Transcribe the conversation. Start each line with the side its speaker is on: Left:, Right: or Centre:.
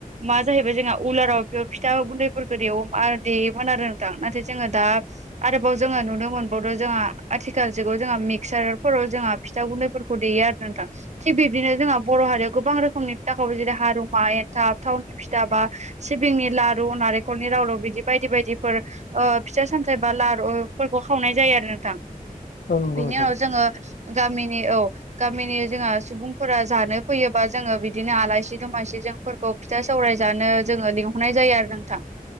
Right: मा जाहैबाय जोंहा उलाराव बे फिथा गुन्दैफोरखौ देवोम देयोमोन आरो नोंथां नाथाय जोङो दा आरोबाव जोङो नुनो मोनबावदो जोंहा आथिखाल जुगाव जोंहा मिक्सारफोराव जोंहा फिथा गुन्दैफोरखौ देया आरोना नोंथां थिग बिब्दिनो जोंहा बर' हारियाव गोबां रोखोमनि फिथा खावो जेरै हारमा एन्थाब थावनि फिथा बा सिबिंनि लारु नारेंखलनि रावल' बिदि बायदि बायदिफोर फिथाइ सामथाइ बा लारुफोरखौ खावनाय जायो आरो नोंथां
Left: औ नंगौ
Right: बिनि
Left: नोंथां
Right: उनाव जोङो गामिनि औ गामिनि जोंहा सुबुंफोरा जानो फैयोबा जोङो बिदिनो आलासि दमासि जोंफोरखौ फिथा सौराय जानो जोङो लिंहर नाय जायो आरो नोंथां